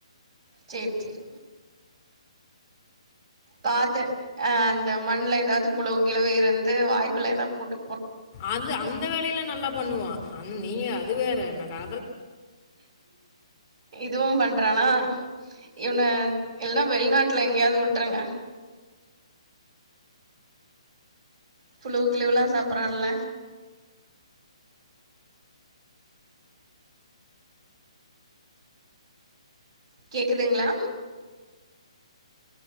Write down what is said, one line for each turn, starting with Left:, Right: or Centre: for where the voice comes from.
Right: செரி செரி பாத்த அஹ் மண்ணுல ஏதாவது புளு கிலவு இருந்து வாய்குள்ள என போட்டு
Left: அது அந் இந்த வேலையிலாம் நல்லா பண்ணுவா அன் நீங்க அது வேற எனக்கு அதல்
Right: இதுவும் பண்றானா இவன இல்ல வெளிநாட்டுல எங்கயாவது வுட்ருங்க புழுவு கிழிவுலாம் சாப்றால கேக்குதுங்களா